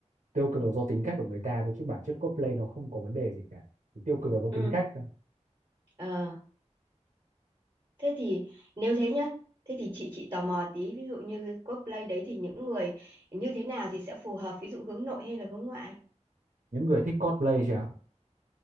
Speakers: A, on the right; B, on the right.
A: tiêu cực là do tính cách của người ta thôi chứ bản chất cosplay nó không có vấn đề gì cả. Thì tiêu cực là do
B: ừ
A: tính cách thôi.
B: ờ thế thì nếu thế nhá thế thì chị chị tò mò tí ví dụ như cosplay đấy thì những người như thế nào thì sẽ phù hợp ví dụ hướng nội hay là hướng ngoại
A: Những người thích cosplay chứ ạ.